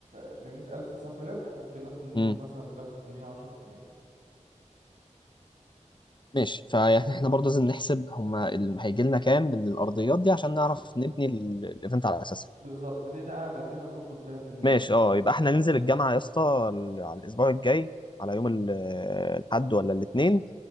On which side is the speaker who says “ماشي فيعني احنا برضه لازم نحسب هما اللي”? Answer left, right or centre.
Left